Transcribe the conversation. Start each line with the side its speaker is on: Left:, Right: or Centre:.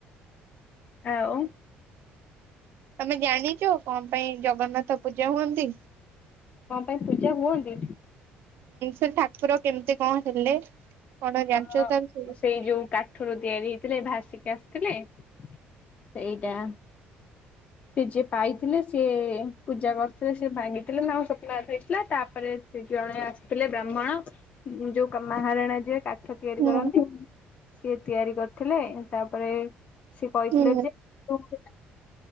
Left: ଆଉ
Right: ତମେ ଜାଣିଛ କଣ ପାଇଁ ଜଗନ୍ନାଥ ପୂଜା ହୁଅନ୍ତି?
Left: କଣ ପାଇଁ ପୂଜା ହୁଅନ୍ତି?
Right: ସେ ଠାକୁର କେମିତି କଣ ହେଲେ କଣ ଜାଣିଛ
Left: ହଁ
Right: ତା ବିଷୟରେ?
Left: ସେଇ ଯୋଉ କାଠରୁ ତିଆରି ହେଇଥିଲେ ଭାସିକି ଆସିଥିଲେ। ସେଇଟା ସେ ଯିଏ ପାଇଥିଲେ ସିଏ ପୂଜା କରିଥିଲେ ସିଏ ମାଙ୍ଗ <unintelligible> ସ୍ୱନାଦେସ୍ ହେଇଥିଲା ତାପରେ ଜଣେ ଆସିଥିଲେ ବ୍ରାହ୍ମଣ ଯୋଉ ମହାରଣା ଯିଏ କା ତିଆରି
Right: ହୁଁ
Left: କରନ୍ତି, ସିଏ ତିଆରି କରିଥିଲେ ତାପରେ ସେ କହିଥିଲେ
Right: ହୁଁ।
Left: ଯେ <unintelligible>